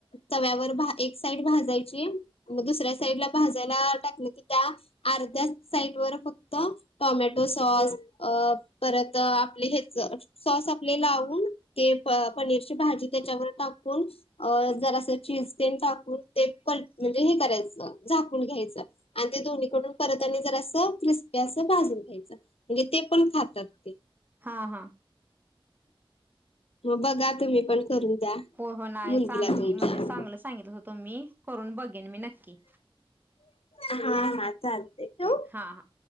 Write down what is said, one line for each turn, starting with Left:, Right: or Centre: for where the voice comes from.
Left: तव्यावर एक साइड भाजायची. मग दुसऱ्या साईडला भाजायला टाकलं की त्या अर्ध्या साईड वर फक्त टोमॅटो सॉस अ परत त आपली हेच. सॉस आपले लावून ते पनीरची भाजी त्याच्यावर टाकून अ जरासं चिज तेन टाकून ते पल म्हणजे हे करायचं झाकून घ्यायचं. आणि ते दोन्हीकडून परत आणि जरासं क्रिस्पी असं भाजून घ्यायचं. म्हणजे ते पण खातात ते.
Right: हा हा.
Left: म बघा तुम्ही पण. करून द्या
Right: हो हो नाही
Left: मुलगीला
Right: चांगली
Left: तुमच्या
Right: म्हणजे चांगलं सांगितला तुम्ही करून बघेन मी नक्की.
Left: हा हा चालतय ठेवू.
Right: हां हां.